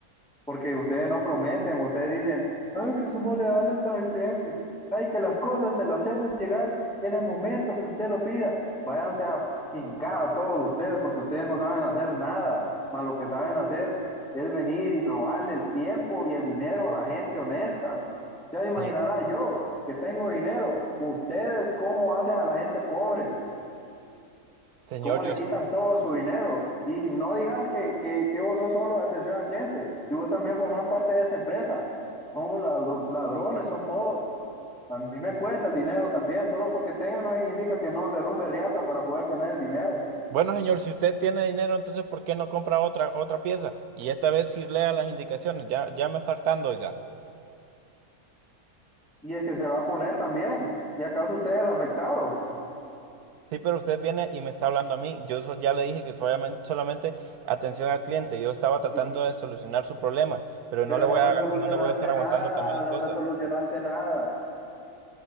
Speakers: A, in the centre; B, on the right.
A: porque ustedes no prometen, ustedes dicen, ay, que somos leales para el cliente, ay, que las cosas se las hacemos llegar en el momento que usted lo pida. Váyanse a chingada todos ustedes, porque ustedes no saben hacer nada, más lo que saben hacer es venir y robarle el tiempo y el dinero a la gente honesta. Ya imaginará
B: Señor,
A: yo que tengo dinero, ustedes cómo hacen a la gente pobre
B: señor,
A: cómo le
B: yo s-
A: quitan todo su dinero. Y no digas que, que, que vos sos solo atención al cliente, y vos también formás parte de esa empresa. Son la- los ladrones, son todos. A mí me cuesta el dinero también, solo porque tenga no significa que no le rumbe riata para poder tener el dinero.
B: Bueno, señor, si usted tiene dinero, entonces ¿por qué no compra otra otra pieza? Y esta vez sí lea las indicaciones. Ya ya me está hartando, oiga.
A: Y es que se va a poner también. ¿Y acaso usted es el afectado?
B: Sí, pero usted viene y me está hablando a mí. Yo so- ya le dije que solamente, solamente atención al cliente. Yo estaba tratando
A: Y-
B: de solucionar su problema, pero
A: Pero
B: no le voy
A: no me
B: a
A: solucionaste
B: no le voy a estar aguantando
A: nada,
B: también las
A: no
B: cosas.
A: me solucionaste nada,